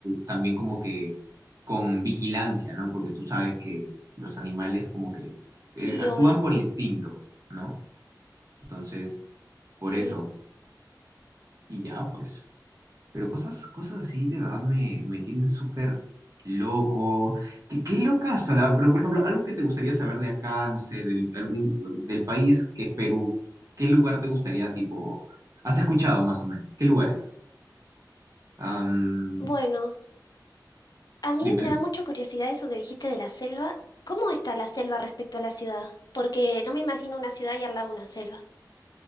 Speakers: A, on the right; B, on the left.
A: también como que con vigilancia, ¿no? Porque tú sabes que los animales como que eh,
B: sí,
A: actúan
B: obvio.
A: por instinto, ¿no? Entonces, por
B: Sí.
A: eso, y ya, pues. Pero cosas, cosas así de verdad me, me tienen súper loco. Qué, qué locazo, la- Pero, por ejemplo, algo que te gustaría saber de acá, no sé, del, algún, del país que es Perú, ¿qué lugar te gustaría, tipo, has escuchado más o menos? ¿Qué lugares? Am,
B: Bueno, a mí
A: dímelo.
B: me da mucha curiosidad eso que dijiste de la selva. ¿Cómo está la selva respecto a la ciudad? Porque no me imagino una ciudad y al lado una selva.